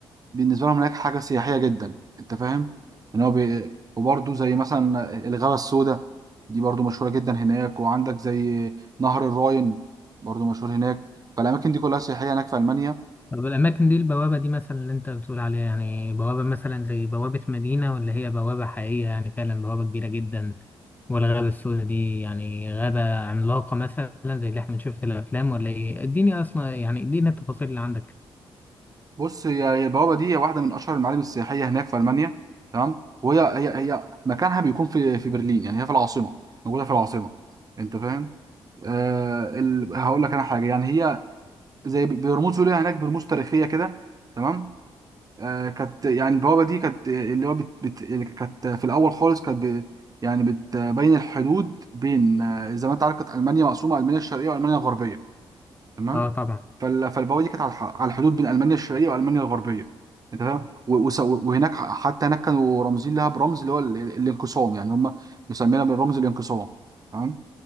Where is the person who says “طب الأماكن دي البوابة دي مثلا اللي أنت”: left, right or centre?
Left